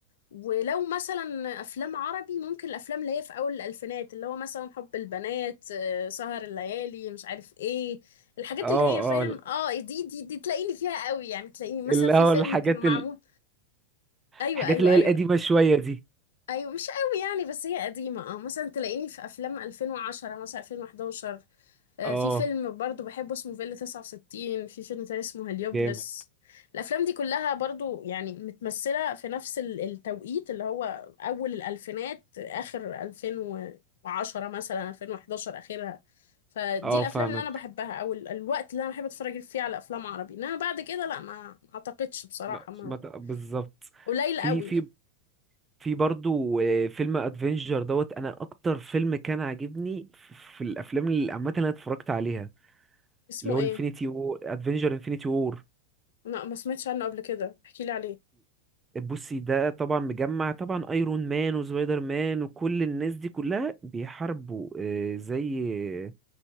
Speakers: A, on the left; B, on the right.
A: ولو مثلا افلام عربي ممكن الافلام اللي هي في اول الالفينات اللي هو مثلا حب البنات آه، سهر الليالي مش عارف ايه الحاجات
B: اه
A: اللي هي فاهم
B: اه ال-
A: اه دي دي دي تلاقيني فيها قوي يعني تلاقيني مثلا
B: اللي
A: في
B: هو
A: فيلم
B: الحاجات
A: كان معمول
B: ال...
A: ايوه
B: الحاجات
A: ايوه
B: اللي هي
A: ايوه
B: القديمه شويه دي
A: ايوه مش قوي يعني بس هي قديمه اه مثلا تلاقيني في افلام 2010 مثلا 2011 آه،
B: اه
A: في فيلم برضو بحبه اسمه فيلا 69 في فيلم تاني اسمه هليوبلس
B: جامد
A: الأفلام دي كلها برضو يعني متمثلة في نفس ال- التوقيت اللي هو أول الألفينات آخر 2010 مثلا 2011 آخرها فدي
B: اه
A: الأفلام
B: فاهمك
A: اللي أنا بحبها أو ال- الوقت اللي أنا بحب أتفرج فيه على أفلام عربي إنما بعد كده لا ما ما أعتقدش بصراحة
B: ما...
A: ما
B: ما... ت- بالظبط
A: قليل
B: في
A: قوي
B: في في برضو آه، فيلم ادفنجر دوت انا اكتر فيلم كان عاجبني في الافلام اللي عامه اللي انا اتفرجت عليها
A: اسمه
B: اللي هو
A: إيه؟
B: انفينيتي و ادفنجر انفينيتي وور
A: لا ما سمعتش عنه قبل كده احكيلي عليه
B: بصي ده طبعا مجمع طبعا ايرون مان وسبايدر مان وكل الناس دي كلها بيحاربوا آه، زي